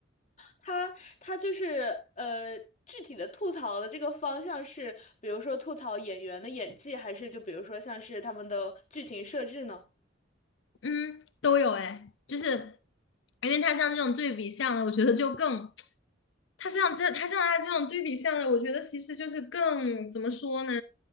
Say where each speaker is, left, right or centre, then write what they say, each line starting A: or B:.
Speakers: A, on the left; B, on the left.
A: 他他就是呃具体的吐槽的这个方向是，比如说吐槽演员的演技，还是就比如说像是他们的剧情设置呢？
B: 嗯，都有哎，就是因为它像这种对比项的，我觉得就更，它像这它像它这种对比项的，我觉得其实就是更怎么说呢？